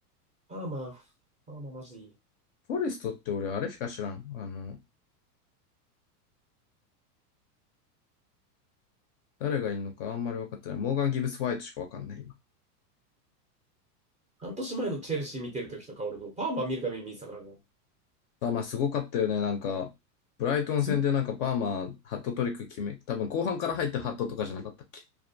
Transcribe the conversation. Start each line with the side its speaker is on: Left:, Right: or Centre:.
Right: パーマ、パーママジでいい。
Left: フォレストって俺あれしか知らん。あの、誰がいるのかあんまり分かってない。モーガン・ギブス・ホワイトしか分かんない今。
Right: 半年前のチェルシー見てる時とか、俺もうパーマ見るために見てたからな。
Left: あ、まあ、すごかったよね。なんか、ブライトン戦でなんかパーマ、
Right: すう
Left: ハットトリック決め、多分後半から入ったハットとかじゃなかったっけ